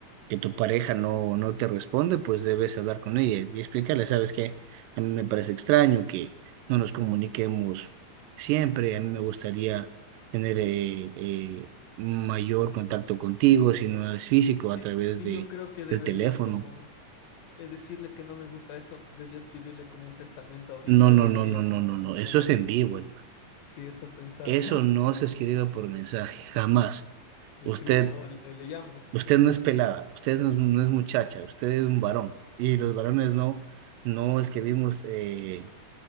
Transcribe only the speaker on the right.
que tu pareja no, no te responde, pues debes hablar con ella y explicarle, ¿sabes qué? A mí me parece extraño que no nos comuniquemos siempre, a mí me gustaría tener eh, eh, un mayor contacto contigo, si no es físico, a
través
de,
del teléfono.
No, no,
no, no,
no, no, no, eso
es en vivo, hermano.
Eso
no se escribe por mensaje, jamás.
Usted,
usted no es pelada, usted no es, no es muchacha, usted es un varón y los varones no no escribimos eh,